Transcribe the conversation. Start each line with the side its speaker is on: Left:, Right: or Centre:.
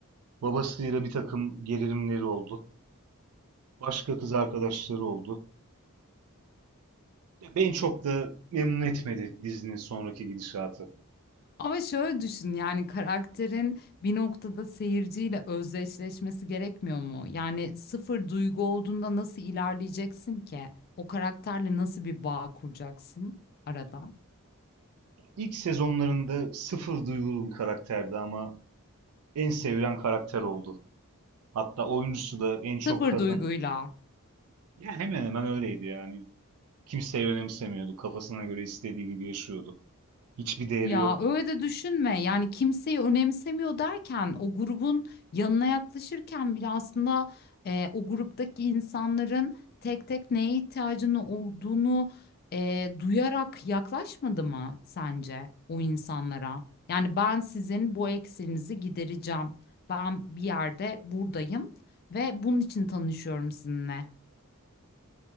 Right: Babasıyla bir takım gerilimleri oldu. Başka kız arkadaşları oldu. Ya beni çok da memnun etmedi dizinin sonraki gidişatı.
Left: Ama şöyle düşün yani karakterin bir noktada seyirciyle özdeşleşmesi gerekmiyor mu? Yani sıfır duygu olduğunda nasıl ilerleyeceksin ki? O karakterle nasıl bir bağ kuracaksın arada?
Right: İlk sezonlarında sıfır duygulu bir karakterdi ama en sevilen karakter oldu. Hatta oyuncusu da en çok
Left: Sıfır
Right: kazan.
Left: duyguyla.
Right: Ya hemen hemen öyleydi yani. Kimseyi önemsemiyordu. Kafasına göre istediği gibi yaşıyordu. Hiçbir değeri
Left: Ya
Right: yoktu.
Left: öyle de düşünme. Yani kimseyi önemsemiyor derken o grubun yanına yaklaşırken bile aslında e, o gruptaki insanların tek tek neye ihtiyacını olduğunu e, duyarak yaklaşmadı mı sence o insanlara? Yani ben sizin bu eksiğinizi gidereceğim. Ben bir yerde buradayım ve bunun için tanışıyorum sizinle.